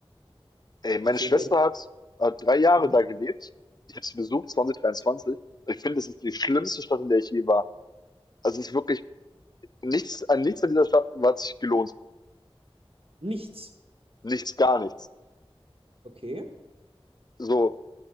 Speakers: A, on the left (about 45°); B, on the right (about 70°).
A: Ey, meine
B: Weißt
A: Schwester
B: du, in Berlin
A: hat, hat drei Jahre
B: Mhm.
A: da gelebt. Ich habe sie besucht, 2023. Ich finde, es ist die schlimmste Stadt, in der ich je war. Also es ist wirklich nichts, an nichts an dieser Stadt hat sich gelohnt.
B: nichts.
A: Nichts, gar nichts.
B: Okay.
A: So,